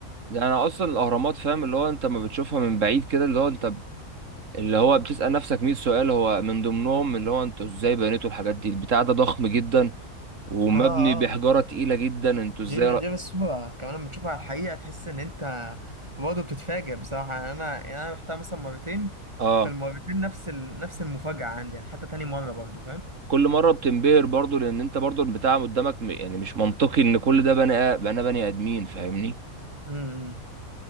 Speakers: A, on the right; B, on the right.
A: يعني اصلا الاهرامات فاهم اللي هو انت ما بتشوفها من بعيد كده اللي هو انت اللي هو بتسأل نفسك 100 سؤال هو من ضمنهم اللي هو انتوا ازاي بنيتوا الحاجات دي البتاع ده ضخم جدا ومبني
B: اه اه
A: بحجارة تقيلة جدا انتوا
B: غير
A: ازاي ر...
B: غير الصورة كمان لما تشوفها على الحقيقة تحس ان انت برضه بتتفاجئ بصراحة يعني انا يعني انا رحتها مثلا مرتين
A: اه
B: فالمرتين نفس ال... نفس المفاجأة عندي يعني حتى تاني مرة برضه
A: كل مرة بتنبهر برضو لان انت برضو البتاع قدامك م... يعني مش منطقي ان كل ده بني آ- بني بني ادمين فاهمني
B: فاهم